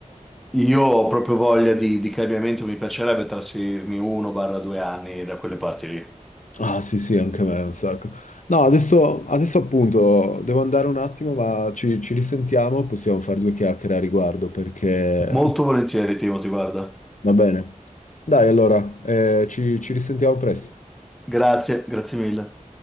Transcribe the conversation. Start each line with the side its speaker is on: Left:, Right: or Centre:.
Centre: io ho proprio voglia di, di cambiamento, mi piacerebbe trasferirmi uno barra due anni da quelle parti lì.
Left: Ah sì sì, anche a me un sacco. No, adesso, adesso appunto devo andare un attimo, ma ci, ci risentiamo, possiamo fare due chiacchiere a riguardo perché
Centre: Molto volentieri, Timo, ti guarda.
Left: va bene. Dai allora, eh, ci ci risentiamo presto.
Centre: Grazie, grazie mille.